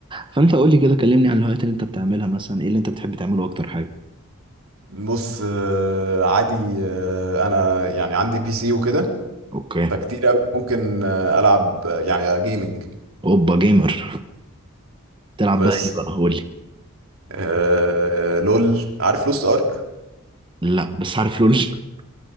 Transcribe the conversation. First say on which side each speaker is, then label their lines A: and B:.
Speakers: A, on the right; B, on the right.
A: فانت قولي كده كلمني عن الهوايات اللي انت بتعملها مثلا ايه اللي انت بتحب تعمله اكتر حاجة
B: بص آه، عادي آه، انا يعني عندي بي سي وكده
A: اوكي
B: فكتير قوي ممكن آه، العب آه، يعني جيمنج
A: اوبا جيمر تلعب
B: بس
A: بقى ايه بقى قولي
B: آه، لول عارف لوست ارك
A: لا بس عارف لول <laughs>